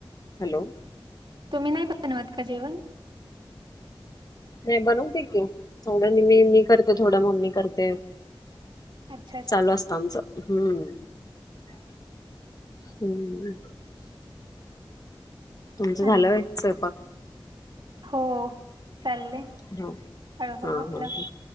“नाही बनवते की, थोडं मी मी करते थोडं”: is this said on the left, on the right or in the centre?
Left